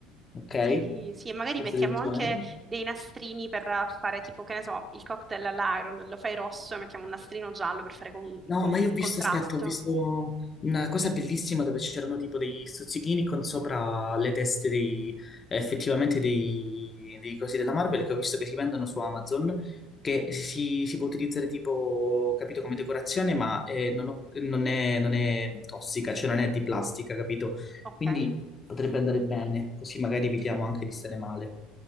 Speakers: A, on the left; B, on the right.
A: ok?
B: Sì, sì, e magari
A: Cose
B: mettiamo
A: del genere.
B: anche dei nastrini per fare tipo, che ne so, il cocktail all'iron, lo fai rosso e mettiamo un nastrino giallo per fare con-
A: No,
B: con-
A: ma io ho visto,
B: contrasto.
A: aspetta, ho visto una cosa bellissima dove c'erano tipo degli stuzzichini con sopra le teste dei, eh, effettivamente dei, dei cosi della Marvel che ho visto che si vendono su Amazon, che si, si può utilizzare tipo, capito, come decorazione, ma eh, non, ho- non è, non è tossica, cioè non è di plastica, capito?
B: Ok?
A: Quindi potrebbe andare bene, così magari evitiamo anche di stare male.